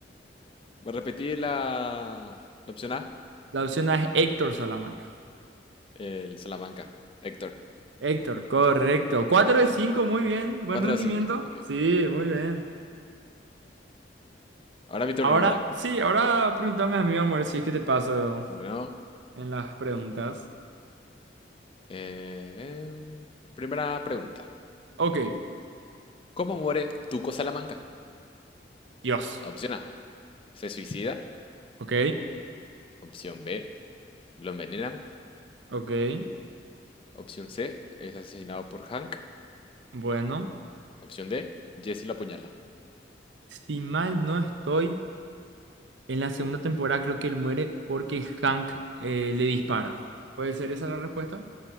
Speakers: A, on the left; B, on the right.
A: Voy a repetir la, la opción A.
B: La opción A es Héctor Salamanca.
A: El Salamanca. Héctor.
B: Héctor, correcto. cuatro de cinco muy bien. Buen
A: cuatro
B: rendimiento.
A: a cinco Ok.
B: Sí, muy bien.
A: Ahora mi turno,
B: Ahora,
A: ¿verdad?
B: sí, ahora pregúntame a mí, amor, si es que te paso
A: Bueno.
B: en las preguntas.
A: eh, em, primera pregunta.
B: Ok,
A: ¿Cómo muere Tuco Salamanca?
B: Dios.
A: Opción A, se suicida.
B: Ok,
A: Opción B, lo envenenan.
B: ok,
A: Opción C, es asesinado por Hank.
B: bueno.
A: Opción D, Jesse lo apuñala.
B: Si mal no estoy, en la segunda temporada creo que él muere porque Hank eh, le dispara. ¿Puede ser esa la respuesta?